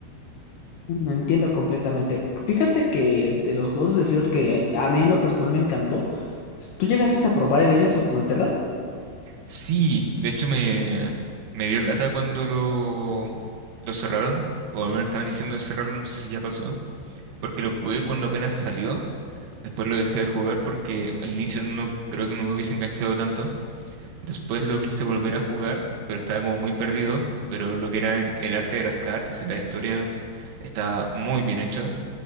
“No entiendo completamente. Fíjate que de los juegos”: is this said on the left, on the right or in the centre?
Left